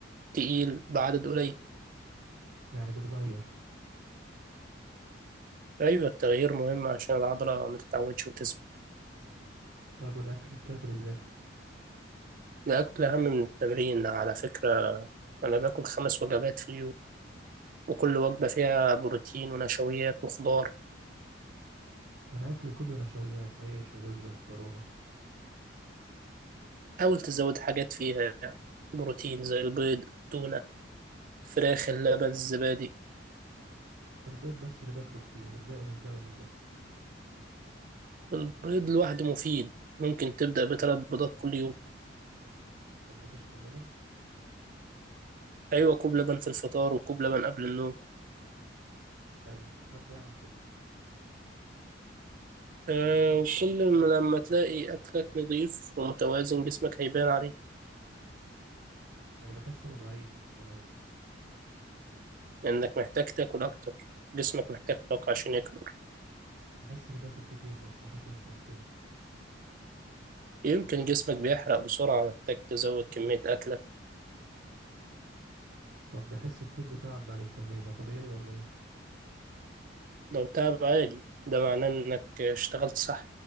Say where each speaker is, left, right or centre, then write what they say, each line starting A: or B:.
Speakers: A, on the right; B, on the right.
A: تقيل بعدد قليل
B: يعني بتغير
A: أيوة التغيير مهم عشان العضلة ما تتعودش وتثبت
B: طيب والاكل بتاكل ازاي
A: الأكل أهم من التمرين على فكرة أنا باكل خمس وجبات في اليوم وكل وجبة فيها بروتين ونشويات وخضار
B: انا اكلي كله نشويات عيش ورز ومكرونة
A: حاول تزود حاجات فيها يعني. بروتين زي البيض التونة الفراخ اللبن الزبادي
B: البيض بس اللي باكله كتير الباقي مش دايما متوفر
A: البيض لوحده مفيد ممكن تبدأ بثلاث بيضات كل يوم
B: طب بتشرب لبن
A: أيوة كوب لبن في الفطار وكوب لبن قبل النوم
B: طب حلو هبدأ أعمل كده
A: آه وكل ما- لما تلاقي أكلك نظيف ومتوازن جسمك هيبان عليه
B: أنا بحس إني ضعيف ومش بتغير
A: لأنك محتاج تاكل أكتر جسمك محتاج طاقة عشان يكبر
B: بحس إني باكل كتير بس شكلي مش بيختلف
A: يمكن جسمك بيحرق بسرعة محتاج تزود كمية أكلك
B: طب بحس كتير بتعب بعد التمرين ده طبيعي ولا إيه
A: لو تعب عادي ده معناه انك اشتغلت صح